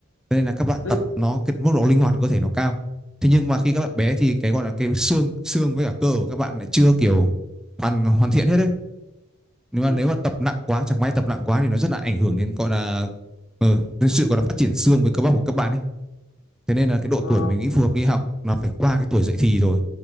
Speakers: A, in the centre; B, on the left (about 65°).
A: nên là các bạn
B: ừ,
A: tập nó cái mức độ linh hoạt của cơ thể nó cao thế nhưng mà khi các bạn bé thì cái gọi là cái xương xương với cả cơ của các bạn lại chưa kiểu hoàn hoàn thiện hết đấy nếu mà
B: ừ.
A: nếu mà tập nặng quá chẳng may tập nặng quá thì nó rất là ảnh hưởng đến gọi là ờ, đến sự gọi là phát triển xương với cơ bắp của các bạn ấy thế nên là cái độ
B: Ờ,
A: tuổi mình nghĩ phù hợp đi học là phải qua cái tuổi dậy thì rồi